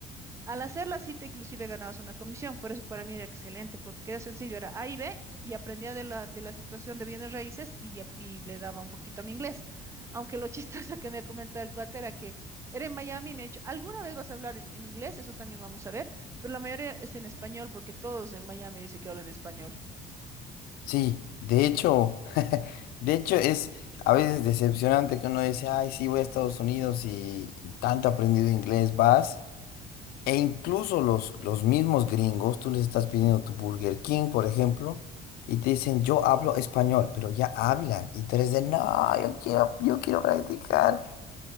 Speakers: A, on the right; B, on the left.
A: Al hacer la cita, inclusive ganabas una comisión, por eso para mí era excelente, porque era sencillo, era A y B, y aprendía de la, de la situación de bienes raíces y, ya- y le daba un poquito a mi inglés. Aunque lo <laughs> chistoso que me ha comentado el cuate era que era en Miami y me ha dicho, ¿alguna vez vas a hablar en, en inglés? Eso también vamos a ver, pero la mayoría es en español, porque todos en Miami dicen que hablan español.
B: Sí, de hecho, <laughs> de hecho es a veces decepcionante que uno dice, ay, sí, voy a Estados Unidos y, tanto he aprendido inglés, vas. E incluso los, los mismos gringos, tú les estás pidiendo tu Burger King, por ejemplo, y te dicen, yo hablo español, pero ya hablan. Y tú eres de, no, yo quiero, yo quiero practicar.